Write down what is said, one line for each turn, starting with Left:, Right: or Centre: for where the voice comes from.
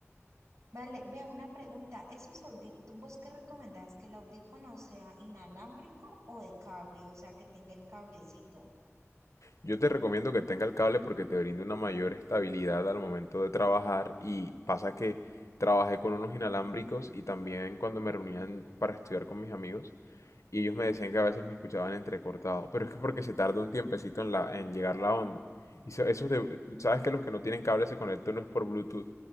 Right: Vale, ve una pregunta, ¿esos audífonos, vos qué recomendás, que el audífono sea inalámbrico o de cable, o sea, que tenga el cablecito?
Left: Yo te recomiendo que tenga el cable porque te brinda una mayor estabilidad al momento de trabajar y pasa que trabajé con unos inalámbricos y también cuando me reunían para estudiar con mis amigos y ellos me decían que a veces me escuchaban entrecortado, pero es que porque se tarda un tiempecito en, la, en llegar la onda. Y so- esos de- sabes que los que no tienen cable se conectan no es por Bluetooth